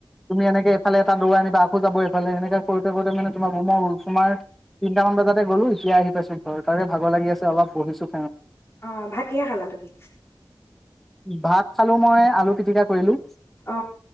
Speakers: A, in the centre; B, on the left.
A: তুমি এনেকেফালে এটা দৰ আনিবা কো যাব এইফালে এনেকৈ কৰোঁতে কৰোঁতে মানে তোমাৰ <unintelligible> তিনটা মান বাজি গলো এতিয়া আহি পাইছোঁ ঘৰ। তাৰে ভাগৰ লাগি আছে, অলপ বহিছোঁ।
B: অ', ভাত কিহে খালা তুমি?
A: ভাত খালো মই আলু পিতিকা কৰিলো।
B: অ